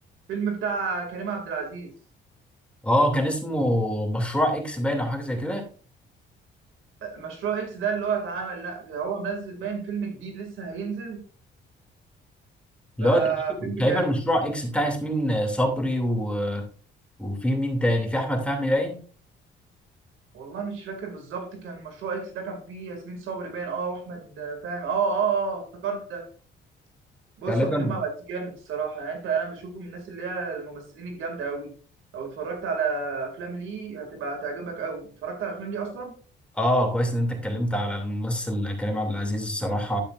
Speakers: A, on the right (about 85°); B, in the centre.
A: فيلم بتاع كريم عبد العزيز
B: آه كان اسمه مشروع إكس باين أو حاجة زي كده
A: مشروع اكس ده اللي هو اتعمل لا ده هو منزل باين فيلم جديد لسه هينزل
B: اللي
A: ففيلم
B: هو تقريبا تقريباً
A: جامد
B: مشروع إكس بتاع ياسمين صبري و... وفي مين تاني؟ في أحمد فهمي باين؟
A: والله مش فاكر بالظبط كان مشروع اكس ده كان فيه ياسمين صبري باين اه واحمد فاهم اه اه آه، افتكرت ده بص
B: غالبا
A: هو كريم عبد العزيز جامد الصراحه يعني انت انا بشوفه من الناس اللي هي الممثلين الجامده قوي لو اتفرجت على افلام ليه هتبقى هتعجبك قوي اتفرجت على افلام ليه اصلا
B: اه كويس ان انت اتكلمت على الممثل كريم عبد العزيز الصراحة